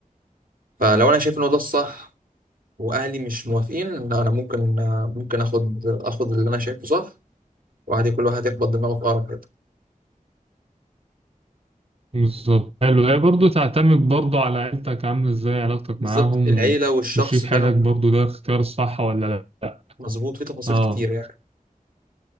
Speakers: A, on the right; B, on the right.
A: فلو انا شايف ان هو ده الصح واهلي مش موافقين لا انا ممكن آه، ممكن اخد اخد اللي انا شايفه صح وعادي كل واحد يخبط دماغه في اقرب حته
B: بالظبط حلو هي برضه تعتمد برضه على عيلتك عاملة إزاي علاقتك
A: بالظبط
B: معاهم
A: العيله
B: و...
A: والشخص
B: وشريك
A: فعلا
B: حياتك برضه ده اختيار الصح ولا لأ
A: مظبوط في تفاصيل
B: اه
A: كتير يعني